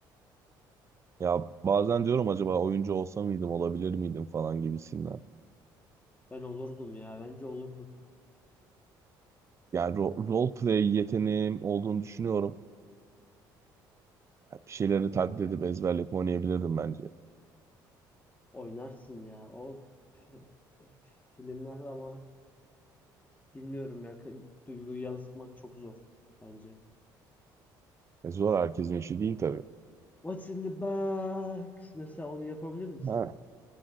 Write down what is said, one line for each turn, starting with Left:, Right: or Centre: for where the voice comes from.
Right: Ya bazen diyorum acaba oyuncu olsa mıydım olabilir miydim falan gibisinden.
Left: ben olurdum ya. Bence olurduk.
Right: Yani ro role play yeteneğim olduğunu düşünüyorum. Ya Bir şeyleri taklit edip ezberleyip oynayabilirdim bence.
Left: Oynarsın ya. O p- filmler ama bilmiyorum ya. K- Duyguyu yansıtmak çok zor bence.
Right: E, zor herkesin işi değil tabii.
Left: What's in the box? Mesela onu yapabilir misin?
Right: Ha.